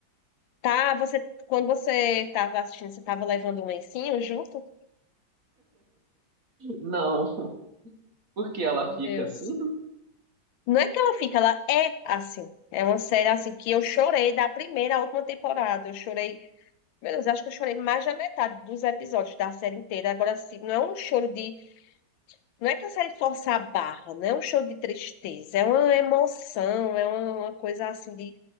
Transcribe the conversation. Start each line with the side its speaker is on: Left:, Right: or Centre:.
Left: tá, você, quando você tava assistindo, você tava levando um lencinho junto?
Right: Não, <laughs> porque ela
Left: Meu
Right: fica
Left: Deus.
Right: assim?
Left: Não é que ela fica, ela é assim. É uma série assim que eu chorei da primeira à última temporada. Eu chorei, meu Deus, acho que eu chorei mais da metade dos episódios da série inteira. Agora, assim, não é um choro de Não é que a série força a barra, não é um show de tristeza, é uma emoção, é uma, uma coisa assim de.